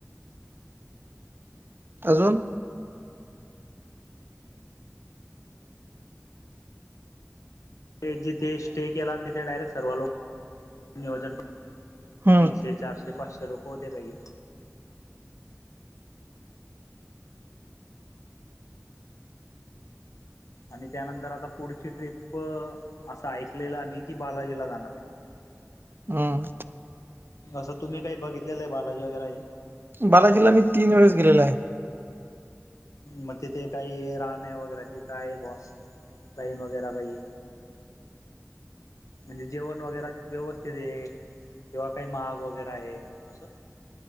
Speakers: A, on the right; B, on the left.
A: अजून
B: ते जिथे स्टे केला, तिथे डायरेक्ट सर्व लोक नियोजन तीनशे
A: हम्म
B: तेे चारशे पाच शे लोकं होते काही. आणि त्यानंतर आता पुढची ट्रिप असं ऐकलेलं मी की बालाजीला जाणार आहे. <inaudible>
A: हम्म.
B: असं तुम्ही काही बघितलेलं आहे बालाजी वगैरे हे
A: बालाजीला मी तीन वेळेस गेलेलो आहे.
B: मग तिथे काही राहणे वगैरे ची काय आहे बॉस. लाईन वगैरे काही, म्हणजे जेवण वगैरे व्यवस्थित आहे. किंवा काही माग वगैरे आहे असं.